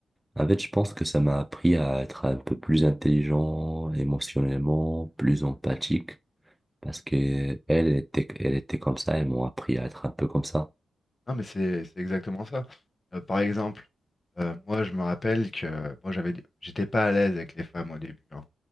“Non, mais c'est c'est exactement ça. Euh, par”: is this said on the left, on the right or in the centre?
Left